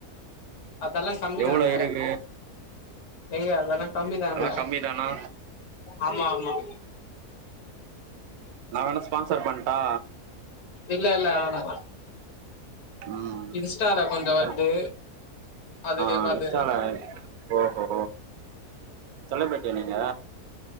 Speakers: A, on the left (about 70°); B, on the right (about 75°).
A: அதெல்லா கம்மிதாங்க
B: எவ்ளோ இருக்கு
A: எங்க அதல்லா கம்மிதாங்க
B: அதெல்லா கம்மி தானா
A: ஆமா ஆமா
B: நா வேண் ஃபான்சர் பண்டா
A: இல்ல இல்ல வேணா
B: ம்
A: இன்ஸ்டால கொஞ்ச வருது
B: எ
A: அதுலயே
B: ஆ
A: பாத்துக்குறே
B: இன்ஸ்டால ஓஹோ செலப்ரிட்டியா நீங்க